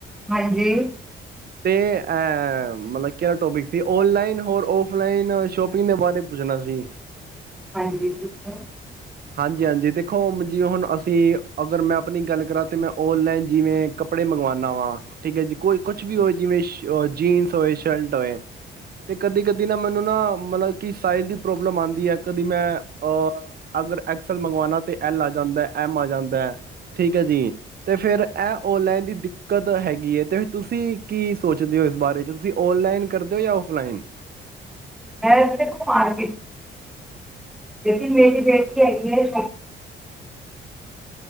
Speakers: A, in the centre; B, on the right (about 50°).
A: ਹਾਂਜੀ
B: ਤੇ ਅ ਮਤਲਬ ਕਿਹੜਾ ਟੋਪਿਕ ਸੀ ਓਨਲਾਈਨ ਹੋਰ ਆਫਲਾਈਨ ਸ਼ੋਪਿੰਗ ਦੇ ਬਾਰੇ ਪੁੱਛਣਾ ਸੀ
A: ਹਾਂਜੀ ਪੁੱਛੋ
B: ਹਾਂਜੀ ਹਾਂਜੀ ਦੇਖੋ ਜੀ ਹੁਣ ਅਸੀਂ ਅਗਰ ਮੈਂ ਆਪਣੀ ਗੱਲ ਕਰਾਂ ਤੇ ਮੈਂ ਓਨਲਾਈਨ ਜਿਵੇਂ ਕੱਪੜੇ ਮੰਗਵਾਨਾ ਵਾਂ ਠੀਕ ਹੈ ਜੀ ਕੋਈ ਕੁਛ ਵੀ ਹੋਵੇ ਜਿਵੇਂ ਜੀਨਸ ਹੋਏ, ਸ਼ਰਟ ਹੋਏ ਤੇ ਕਦੀ ਕਦੀ ਨਾ ਮੈਨੂੰ ਨਾ ਮਤਲਬ ਕੀ ਸਾਈਜ਼ ਦੀ ਪ੍ਰੋਬਲਮ ਆਂਦੀ ਹੈ ਕਦੀ ਮੈਂ ਅਹ ਅਗਰ ਐਕਸਲ ਮੰਗਵਾਉਣਾ ਤੇ ਐਲ ਆ ਜਾਂਦਾ, ਐਮ ਆ ਜਾਂਦਾ ਹੈ, ਠੀਕ ਹੈ ਜੀ। ਤੇ ਫੇਰ ਇਹ ਓਨਲਾਈਨ ਦੀ ਦਿੱਕਤ ਹੈਗੀ ਹੈ, ਤੇ ਤੁਸੀਂ ਕੀ ਸੋਚਦੇ ਹੋ? ਇਸ ਬਾਰੇ ਚ ਤੁਸੀਂ ਓਨਲਾਈਨ ਕਰਦੇ ਹੋ ਜਾਂ ਓਫਲਾਈਨ?
A: ਮੈਂ ਦੇਖੋ ਮਾਰਕੀਟ ਲੇਕਿਨ ਮੇਰੀ ਬੇਟੀ ਹੈਗੀ ਹੈ